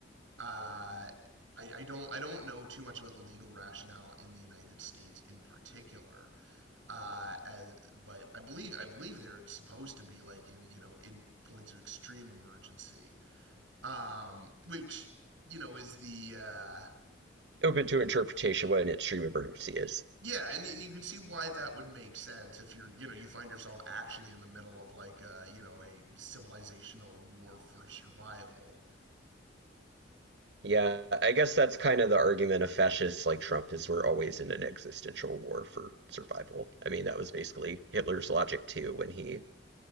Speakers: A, on the right (about 85°); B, on the right (about 60°).
A: Uh, I, I don't I don't know too much about the legal rationale in the United States in particular. Uh, as but I believe I believe they're supposed to be like in you know in points of extreme emergency, um, which you know is the uh,
B: Open to interpretation what an extreme emergency is.
A: yeah, and, and you can see why that would make sense if you're you know you find yourself actually in the middle of like a, you know a civilizational war for survival.
B: Yeah, I guess that's kind of the argument of fascists like Trump is we're always in an existential war for survival. I mean, that was basically Hitler's logic too when he